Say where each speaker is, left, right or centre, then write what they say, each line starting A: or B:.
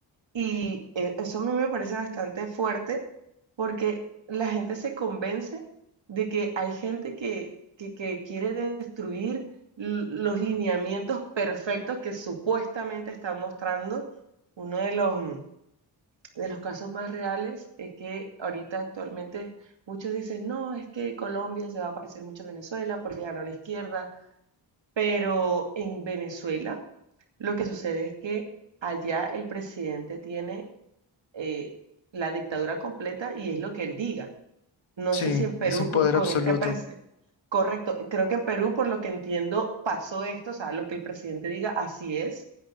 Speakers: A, on the right (about 65°); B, on the left (about 80°).
A: Y eh, eso a mí me parece bastante fuerte porque la gente se convence de que hay gente que, que, que quiere destruir l- los lineamientos perfectos que supuestamente están mostrando. Uno de los, mm, de los casos más reales es que ahorita actualmente muchos dicen, no, es que Colombia se va a parecer mucho a Venezuela porque ganó la izquierda, pero en Venezuela lo que sucede es que allá el presidente tiene eh, la dictadura completa y es lo que él diga. No
B: Sí,
A: sé si en Perú
B: es un
A: con,
B: poder
A: con
B: absoluto.
A: este prese- Correcto, creo que en Perú, por lo que entiendo, pasó esto, o sea, lo que el presidente diga, así es.